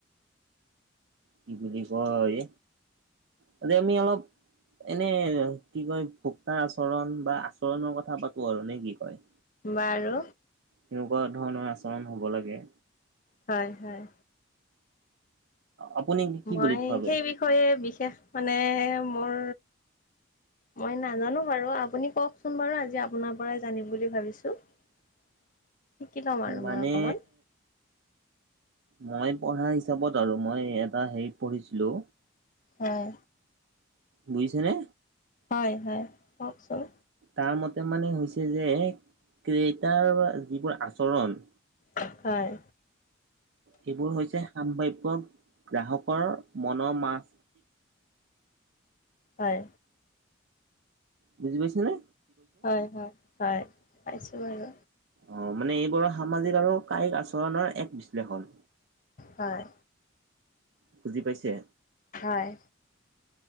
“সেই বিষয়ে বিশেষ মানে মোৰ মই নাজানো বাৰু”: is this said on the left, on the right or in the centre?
Left